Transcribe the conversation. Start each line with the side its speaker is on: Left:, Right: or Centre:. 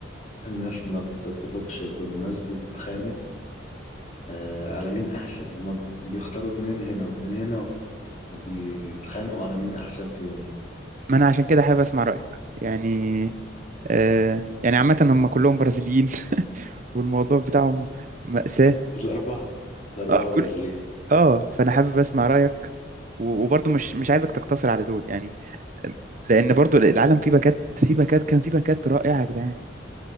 Left: الناس ما بتتفقش دول الناس بتتخانق آه على مين احسن هما بيختاروا اتنين هنا واتنين هنا وبيتخانقوا على مين احسن فيهم
Right: ما انا عشان كده حابب اسمع رايك يعني آه يعني عامه هم كلهم برازيليين <laughs> والموضوع بتاعهم مأساة
Left: الاربعه الاربعه
Right: اه
Left: برازيليين
Right: كل اه فانا حابب اسمع رأيك و- وبرضه مش مش عايزك تقتصر على دول يعني لان برضه العالم فيه باكات فيه باكات كان فيه باكات رائعة يا جدعان